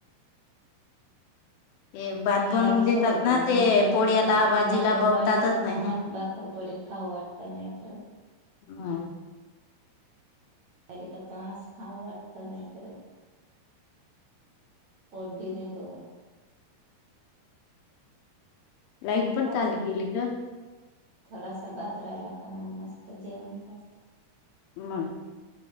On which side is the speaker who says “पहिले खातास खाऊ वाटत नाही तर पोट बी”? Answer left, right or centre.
Right